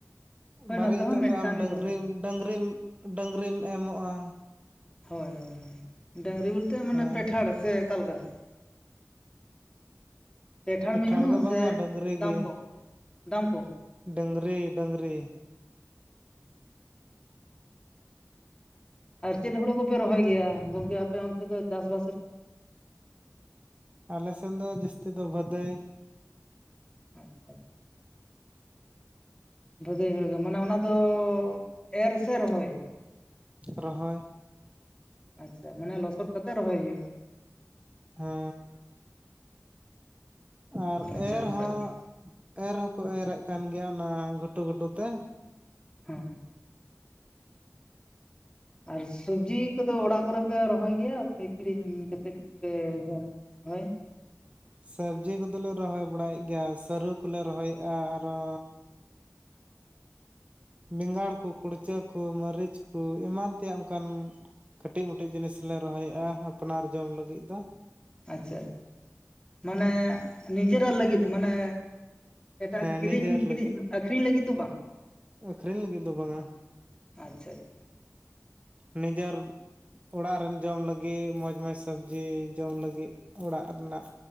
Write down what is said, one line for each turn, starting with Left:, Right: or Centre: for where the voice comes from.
Left: ᱦᱳᱭ
Right: ᱵᱟᱨᱮ
Left: ᱱᱚᱛᱮ
Right: ᱤᱛᱟᱹᱜ
Left: ᱦᱚᱸ ᱢᱤᱫᱴᱟᱝ
Right: ᱫᱚ ᱟᱢ
Left: ᱜᱮᱠᱚ
Right: ᱰᱟᱝᱨᱤᱢ
Left: ᱮᱢᱟ
Right: ᱰᱟᱹᱝᱨᱤᱢ ᱰᱟᱹᱝᱨᱤᱢ ᱮᱢᱚᱜᱼᱟ
Left: ᱦᱳᱭ ᱰᱟᱹᱝᱨᱤ ᱵᱚᱞ ᱛᱮ ᱢᱟᱱᱮ
Right: ᱦᱮᱸ
Left: ᱯᱮᱴᱷᱟᱲ ᱥᱮ ᱟᱠᱟ ᱞᱮᱠᱟ ᱯᱮᱴᱷᱟᱲ
Right: ᱯᱮᱴᱷᱟᱬ
Left: ᱢᱤᱦᱩ
Right: ᱫᱚ ᱵᱟᱝᱼᱟ
Left: ᱥᱮ
Right: ᱰᱟᱹᱝᱨᱤ
Left: ᱫᱟᱢ
Right: ᱜᱤ
Left: ᱠᱚᱢ ᱫᱟᱢ ᱠᱚᱢ
Right: ᱰᱟᱹᱝᱨᱤ ᱰᱟᱹᱝᱨᱤ᱾
Left: ᱟᱨ ᱪᱮᱫ ᱦᱩᱲᱩ ᱠᱚᱯᱮ ᱨᱚᱦᱚᱭ ᱜᱮᱭᱟ ᱜᱚᱝᱠᱮ ᱟᱯᱮ ᱚᱱᱛᱮ ᱫᱚ ᱪᱟᱥ ᱵᱟᱥ ᱨᱮ
Right: ᱟᱞᱮ ᱥᱮᱱ ᱫᱚ ᱡᱟᱹᱥᱛᱤ ᱫᱚ ᱵᱟᱹᱫᱟᱹᱭ
Left: <inaudible> ᱵᱷᱟᱹᱜᱟᱹᱭ ᱦᱳᱲᱳ ᱫᱚ ᱢᱟᱱᱮ ᱚᱱᱟ ᱫᱚᱻ ᱮᱨ ᱥᱮ ᱨᱚᱦᱚᱭ
Right: ᱨᱚᱦᱚᱭ
Left: ᱟᱪᱪᱷᱟ ᱢᱟᱱᱮ ᱞᱚᱥᱚᱫ ᱠᱟᱛᱮᱫ ᱨᱚᱦᱚᱭ ᱦᱩᱭᱩᱜᱼᱟ
Right: ᱦᱮᱸᱻ ᱟᱨ
Left: ᱟᱪᱪᱷᱟ
Right: ᱮᱨ
Left: ᱱᱟᱯᱟᱭ
Right: ᱦᱚᱸ
Left: ᱜᱮ
Right: ᱮᱨ ᱦᱚᱸᱠᱚ ᱮᱨᱼᱮᱜ ᱠᱟᱱ ᱜᱮᱭᱟ ᱚᱱᱟ ᱜᱷᱩᱴᱩᱼᱜᱷᱩᱴᱩ ᱛᱮ
Left: ᱦᱮᱸ ᱟᱨ ᱥᱩᱵᱽᱡᱤ ᱠᱩᱫᱚ ᱚᱲᱟᱜ ᱠᱚᱨᱮ ᱯᱮ ᱨᱚᱦᱚᱭ ᱜᱮᱭᱟ ᱥᱮ ᱠᱤᱨᱤᱧ ᱠᱟᱛᱮᱫ ᱜᱮᱯᱮ ᱡᱚᱢ ᱦᱳᱭ
Right: ᱥᱟᱵᱽᱡᱤ ᱠᱚᱫᱚ ᱞᱮ ᱨᱚᱦᱚᱭ ᱵᱟᱲᱟᱭᱮᱫ ᱜᱮᱭᱟ ᱥᱟᱹᱨᱩ ᱠᱚᱞᱮ ᱨᱚᱦᱚᱭᱮᱜᱼᱟ ᱟᱨᱚᱻ ᱵᱮᱸᱜᱟᱲ ᱠᱚ ᱠᱩᱲᱪᱟᱹ ᱠᱚ ᱢᱟᱹᱨᱤᱪ ᱠᱚ ᱮᱢᱟᱱ ᱛᱮᱭᱟᱜ ᱚᱱᱠᱟᱱ ᱠᱟᱹᱴᱤᱡ ᱢᱟᱹᱴᱤᱡ ᱡᱤᱱᱤᱥ ᱞᱮ ᱨᱚᱦᱚᱭᱮᱜᱼᱟ ᱟᱯᱱᱟᱨ ᱡᱚᱢ ᱞᱟᱹᱜᱤᱫ ᱫᱚ
Left: ᱟᱪᱪᱷᱟ ᱢᱟᱱᱮ ᱱᱤᱡᱮᱨᱟᱜ ᱞᱟᱹᱜᱤᱫ ᱢᱟᱱᱮ ᱮᱴᱟᱜ
Right: ᱦᱮᱸ
Left: ᱠᱤᱨᱤᱧ
Right: ᱱᱤᱡᱮᱨ
Left: ᱠᱤᱨᱤᱧ
Right: ᱞᱟᱹᱜᱤᱫ
Left: ᱟᱹᱠᱷᱨᱤᱧ ᱞᱟᱹᱜᱤᱫ ᱫᱚ ᱵᱟᱝ
Right: ᱟᱹᱠᱷᱨᱤᱧ ᱞᱟᱹᱜᱤᱫ ᱫᱚ ᱵᱟᱝᱼᱟ
Left: ᱟᱪᱷᱟᱷᱟ
Right: ᱱᱤᱡᱚᱨ ᱚᱲᱟᱜ ᱨᱮᱱ ᱡᱚᱢ ᱞᱟᱹᱜᱤᱫ ᱢᱚᱡᱽ ᱢᱚᱡᱽ ᱥᱚᱵᱽᱡᱤ ᱡᱚᱢ ᱞᱟᱹᱜᱤᱫ ᱚᱲᱟᱜ ᱨᱮᱱᱟᱜ